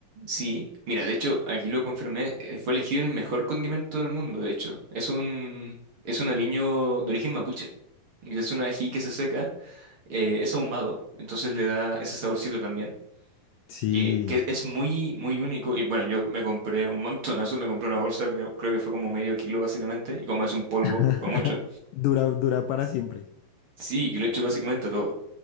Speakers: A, on the right; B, on the left.
A: sí. Mira, de hecho aquí lo confirmé, eh, fue elegido el mejor condimento del mundo, de hecho. Es un, es un aliño de origen mapuche. y Es un ají que se seca, eh, es ahumado, entonces le da ese saborcito también.
B: Sí.
A: que, que es muy, muy único. Y bueno, yo me compré un montonazo, me compré una bolsa, creo, creo que fue como medio kilo básicamente, y como es un polvo,
B: <laughs>
A: fue mucho.
B: Dura, dura para siempre.
A: Sí, y lo he hecho básicamente todo.